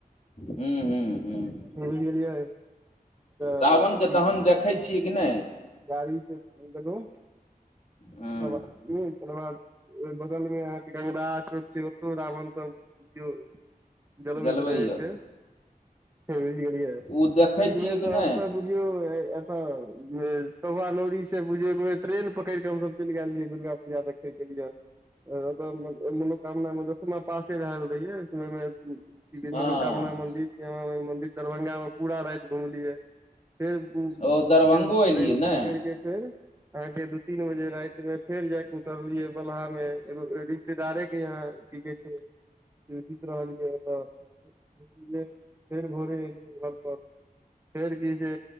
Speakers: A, on the left; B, on the right.
A: हूँ हूँ हूँ
B: <unintelligible> गेलियै तऽ
A: रावणके दहन देखै छियै कि नहि
B: गाड़ीसँ गेलौं
A: हँ
B: हब ई त <unintelligible> बगलमे गंगराह चौक छै ओतौ रावण सब बुझियौ जलबैत
A: जलबैया
B: रहै छै बुझि गेलियै
A: ओ देखै
B: एक तऽ
A: छियै कि
B: हमसब
A: नहि
B: बुझियौ एतय चौवा लौड़ी से बुझियौ एक बेर ट्रेन पकड़ि के हमसभ चलि गेल रहियै दुर्गा पूजा देख ल य <unintelligible> अत मनोकामना म दसमा पासे भेएल रहियैय की कहै छै
A: हँ
B: मनोकामना मन्दिर श्यामा माइ मन्दिर दरभङ्ंगामे पूरा राति घुमलियै फेर उ
A: ओ दरभंगो
B: जे
A: एलियै
B: ट्रेन
A: ने
B: पकड़ि के फेर अहाँके दू तीन बजे राति में फेर जायक उतरलियै बलहा मे एगो रिश्तेदारे के यहाँ की कहै छै इसी तरह एलियै फेर भोरे एलियै घर पर फेर की छै